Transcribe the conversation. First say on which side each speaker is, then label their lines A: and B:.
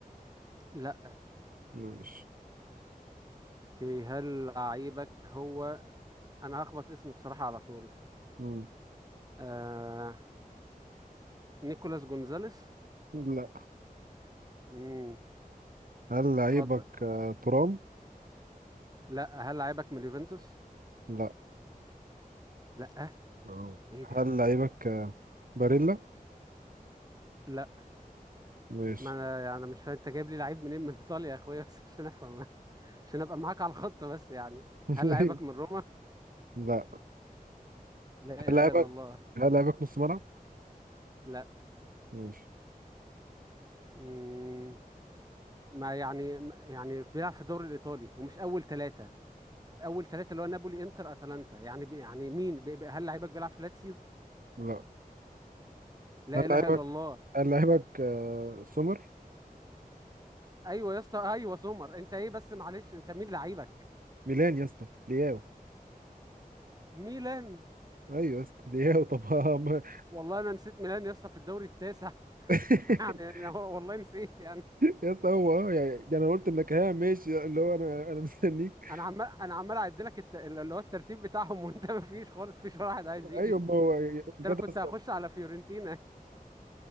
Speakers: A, on the right; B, on the right.
A: لا
B: ماشي
A: اوكي هل لعيبك هو انا هخبط اسمي بصراحة على طول
B: مم.
A: آه نيكولاس جونزاليس
B: لا
A: امم
B: هل لعيبك
A: اتفضل
B: آه، ترام؟
A: لا هل لعيبك من اليوفنتوس
B: لا
A: لا
B: أهو.
A: ايه ده
B: هل لعيبك آه، باريلا؟
A: لا
B: ماشي
A: ما انا يعني أنا مش فاهم انت جايب لي لعيب منين من ايطاليا يا اخويا بس عشان افهم عشان ابقى معاك على الخط بس يعني
B: <laughs>
A: هل لعيبك من روما
B: لا
A: لا
B: هل
A: اله
B: لعيبك
A: الا الله
B: هل لعيبك نص ملعب؟
A: لا
B: ماشي
A: امم ما يعني ما- يعني بيلعب في الدوري الايطالي ومش اول ثلاثة اول ثلاثة اللي هو نابولي انتر اتلانتا يعني بي يعني مين بي بي هل لعيبك بيلعب في لاتسيو
B: لا
A: لا
B: هل
A: اله
B: لعيبك
A: الا الله
B: هل لعيبك آه، سومر؟
A: ايوه يا اسطى ايوه سمر انت ايه بس معلش انت مين لعيبك
B: ميلان يا اسطى لياو
A: ميلان
B: ايوه يا اسطى لياو طب <laughs>
A: والله انا نسيت ميلان يا اسطى في الدوري التاسع
B: <laughs>
A: <laughs> يعني انا والله نسيت يعني
B: يا اسطى هو اه يعني ده انا قلت انك ها ماشي اللي هو انا انا مستنيك
A: انا عمال انا عمال اعد لك الت... اللي هو الترتيب بتاعهم وانت <laughs> ما فيش خالص فيش ولا واحد عايز يجي
B: ايوه ما هو يعني بجد
A: انا كنت
B: اصلا
A: هخش على فيورنتينا